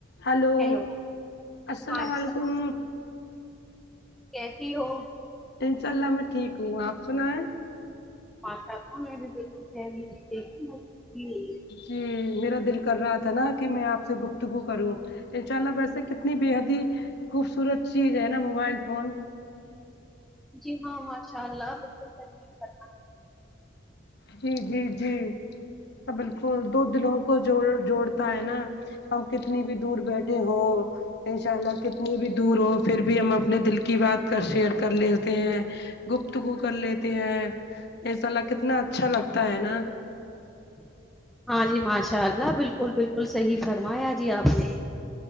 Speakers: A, on the left (about 55°); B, in the centre.
A: ہلو
B: ہیلو
A: السلام
B: ہاں جی
A: علیکم
B: صاحب کیسی ہو
A: انشاء اللہ میں ٹھیک ہوں آپ سنائیں
B: ماشاءاللہ میں بھی بالکل خیریت سے ہوں <unintelligible>
A: ہمم میرا دل کر رہا تھا نا کی میں آپ سے گفتگو کروں ان شاء اللہ ویسے کتنی بے حد ہی خوبصورت چیز ہے نا موبائل فون
B: جی ہاں ماشاء اللہ صحیح۔
A: جی جی جی بالکل دو دلوں کو جوڑ جوڑتا ہے نا ہم کتنی بھی دور بیٹھے ہو انشاء اللہ کتنی بھی دور ہو پھر بھی ہم اپنے دل کی بات کا شیئر کر لیتے ہیں گفتگو کر لیتے ہیں انشاءاللہ کتنا اچھا لگتا ہے نا
B: ہاں جی ماشاء اللہ بالکل بالکل صحیح فرمایا جی آپ نے